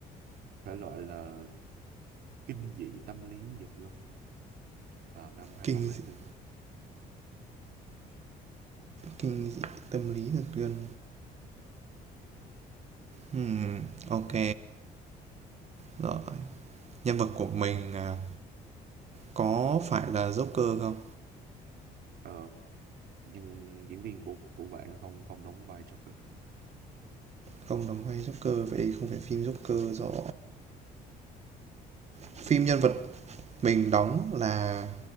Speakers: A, on the right; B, on the right.
A: thể loại là kinh dị tâm lý giật gân vào năm 2024.
B: kinh dị- kinh dị tâm lý thực dân Ừm, ok rồi nhân vật của mình à, có phải là Joker không
A: Ờ, nhưng diễn viên của của bạn nó không không đóng vai Joker.
B: không đóng vai Joker vậy không phải phim Joker rồi Phim nhân vật mình đóng là